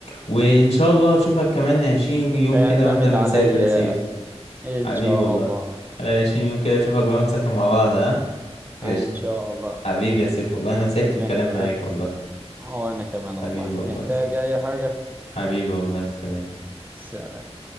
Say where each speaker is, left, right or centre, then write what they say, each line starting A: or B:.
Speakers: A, on the left; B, on the right.
A: وان شاء الله اشوفك كمان 20 يوم
B: اعتمد
A: كده واحنا بنسافر
B: عليا
A: يا سيف
B: يا اخي ان
A: حبيبي
B: شاء
A: والله
B: الله
A: خلينا 20 يوم كده اشوفك بقى ونسافر مع بعض ها قشطة
B: آه، ان شاء الله
A: حبيبي يا سيف والله انا سعدت
B: محتاج
A: بالكلام معاك والله
B: وانا كمان والله
A: حبيبي والله
B: محتاج اي حاجة
A: حبيبي والله سلام
B: سلام